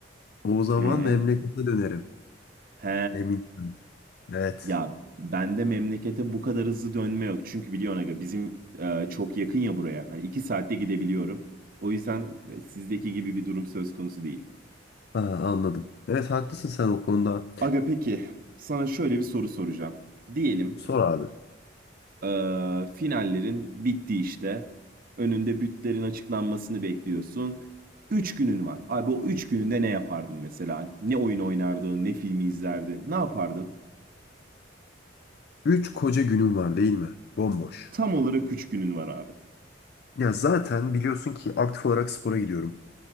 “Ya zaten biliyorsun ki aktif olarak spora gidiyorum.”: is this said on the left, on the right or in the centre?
Left